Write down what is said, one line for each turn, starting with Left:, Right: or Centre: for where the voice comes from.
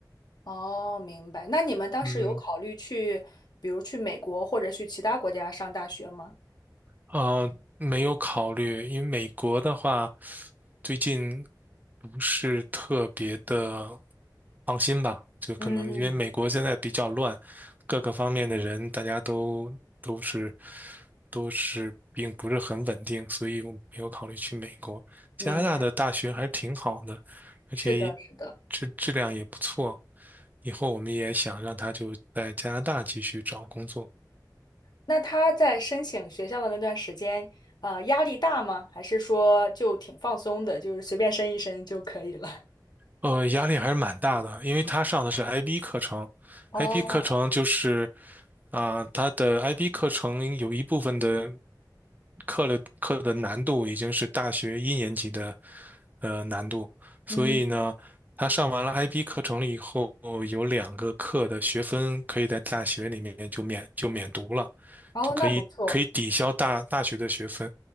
Left: 哦，明白。那你们当时有考虑去，
Right: 嗯。
Left: 比如去美国或者去其他国家上大学吗？
Right: 呃，没有考虑，因为美国的话，最近不是特别的放心吧？就可能因为美国现在比较乱，
Left: 嗯，
Right: 各个方面的人大家都都是都是并不是很稳定，所以我没有考虑去美国。加拿大的大学还是挺好的，
Left: 明白。
Right: 而且
Left: 是的，是的。
Right: 质质量也不错。以后我们也想让他就在加拿大继续找工作。
Left: 那他在申请学校的那段时间，呃，压力大吗？还是说就挺放松的，就是随便申一申就可以了？
Right: 呃，压力还是蛮大的，因为他上的是 IB 课程，IB
Left: <laughs> 哦，
Right: 课程就是，啊、他的 IB 课程有一部分的课的课的难度已经是大学一年级的呃难度，所以呢，
Left: 嗯，
Right: 他上完了 IB 课程了以后，有两个课的学分可以在大学里面就免就免读了，
Left: 哦，
Right: 就可以可以抵消大大学的学分。
Left: 那不错。